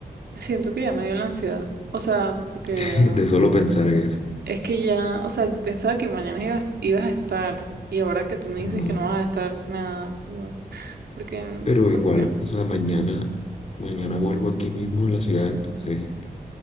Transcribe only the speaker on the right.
Siento que ya me dio la ansiedad. O sea, porque
ya.
Es que ya, o sea, yo pensaba que mañana ibas, ibas a estar y ahora que tú me
dices que no vas a estar, me da como, porque,
porque,